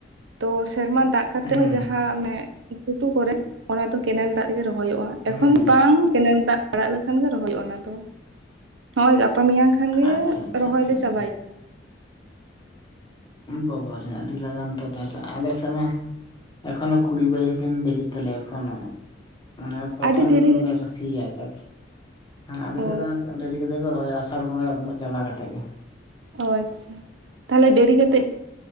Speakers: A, on the right; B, on the left.
A: ᱛᱚ ᱥᱮᱨᱢᱟ ᱫᱟᱜᱽ ᱠᱟᱛᱮᱜ
B: ᱦᱮᱸ
A: ᱦᱚᱸ ᱡᱟᱦᱟᱸ ᱚᱱᱮ ᱟ. ᱛᱚ ᱠᱚᱨᱮ ᱚᱱᱟ ᱫᱚ ᱠᱮᱱᱮᱞ ᱫᱟᱜᱽ ᱛᱮᱜᱮ ᱨᱚᱦᱚᱭᱚᱜᱼᱟ
B: ᱦᱮᱸ
A: ᱮᱠᱷᱚᱱ ᱵᱟᱝ ᱠᱮᱱᱮᱞ ᱫᱟᱜᱽ ᱟᱲᱟᱜ ᱞᱮᱠᱷᱟᱱ ᱜᱮ ᱨᱚᱦᱚᱭᱚᱜᱼᱟ ᱚᱱᱟ ᱫᱚ, ᱱᱚᱜᱼᱚᱭ ᱜᱟᱯᱟ ᱢᱮᱭᱟᱝ ᱠᱷᱟᱱ ᱜᱮ
B: ᱟᱪᱪᱷᱟ ᱟᱪᱪᱷᱟ
A: ᱨᱚᱦᱚᱭ
B: ᱟᱪᱪᱷᱟ
A: ᱞᱮ
B: ᱟᱪᱪᱷᱟ
A: ᱪᱟᱵᱟᱭᱟ᱾
B: ᱩᱸ ᱵᱟᱵᱟ ᱨᱮ ᱟᱹᱰᱤ ᱞᱟᱜᱟᱱ ᱛᱚ ᱛᱟᱦᱚᱞᱮ ᱟᱞᱮ ᱥᱮᱜ ᱢᱟ, ᱮᱠᱷᱚᱱᱳ ᱠᱩᱲᱤ ᱵᱟᱭᱤᱥ ᱫᱤᱱ ᱫᱮᱨᱤ ᱛᱟᱞᱮᱭᱟ ᱮᱠᱷᱚᱱᱳ᱾ ᱢᱟᱱᱮ ᱯᱨᱚᱛᱷᱚᱢ
A: ᱟᱹᱰᱤ ᱫᱮᱨᱤ
B: ᱞᱮ ᱨᱟᱥᱤᱭᱟ ᱛᱟᱨᱯᱚᱨ ᱦᱮᱸ ᱟᱞᱮ
A: ᱚ
B: ᱥᱮᱜ ᱫᱚ ᱰᱮᱨᱤ ᱠᱟ ᱠᱟᱛᱮ ᱜᱮᱠᱚ ᱨᱚᱦᱚᱭᱟ ᱟᱥᱟᱲ ᱵᱚᱸᱜᱟ ᱢᱚ ᱪᱟᱵᱟ ᱠᱟᱛᱮ ᱜᱮ᱾
A: ᱚ ᱟᱪᱷᱟ ᱛᱟᱦᱚᱞᱮ ᱫᱮᱨᱤ ᱠᱟᱛᱮᱫ